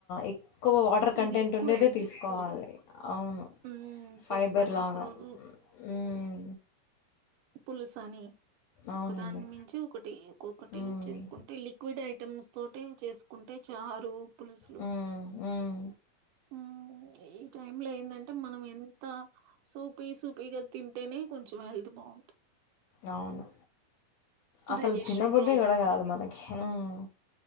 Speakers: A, on the left; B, on the right.
A: ఇక్ క్కువ్ వాటర్ కంటెంట్
B: ఇవి ఎక్కువ
A: ఉండేదే
B: యాడ్
A: తీస్కోవాలి.
B: చేసుకోవాలి
A: అవ్ను
B: ఉమ్
A: ఫైబర్
B: పప్పు అని
A: లాగ
B: ఒక రోజు
A: ఉమ్
B: పులుసని ఒకదాని
A: అవునండి
B: మించి ఒకటి ఒక్కొక్కటి
A: మ్మ్.
B: చేసుకుంటే లిక్విడ్ ఐటమ్స్ తోటే చేస్ కుంటే చారూ పులుసులు
A: మ్మ్. మ్మ్.
B: ఊ ఈ టైమ్ లో ఏందంటే మనం ఎంత సూపీ సూపీగ తింటేనే కొంచెం హెల్త్ బాం
A: అవును అసలు
B: డైజెషన్
A: తినబుద్ధి
B: ప్రాబ్లము
A: కూడా కాదు మనకి మ్మ్.